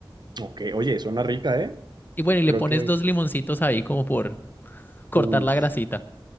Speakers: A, on the right; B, on the left.
A: ok. Oye, suena rica, ¿eh?
B: Y bueno, y le
A: Creo
B: pones
A: que...
B: dos limoncitos ahí como por cortar
A: Uf.
B: la grasita.